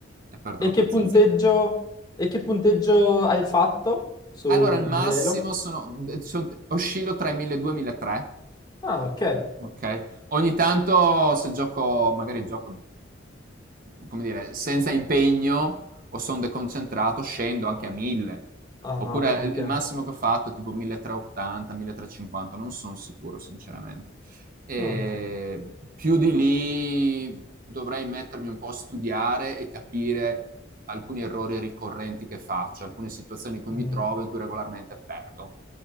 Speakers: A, on the right (about 45°); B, on the left (about 20°).
A: E perdo
B: E
A: la
B: che
A: pazienza.
B: punteggio... E che punteggio hai fatto su
A: Allora, il massimo
B: di Elo?
A: sono, de- sono- oscillo tra i 1200 e i 1300.
B: Ah, ok.
A: Ok. Ogni tanto se gioco, magari gioco, come dire, senza impegno o sono deconcentrato, scendo anche a 1000.
B: Ah,
A: Oppure
B: ok.
A: il, il massimo che ho fatto è tipo 1380, 1350, non sono sicuro sinceramente. E
B: Ok.
A: più di lì dovrei mettermi un po' a studiare e capire alcuni errori ricorrenti che faccio, alcune situazioni in cui
B: Mhm.
A: mi trovo, in cui regolarmente perdo.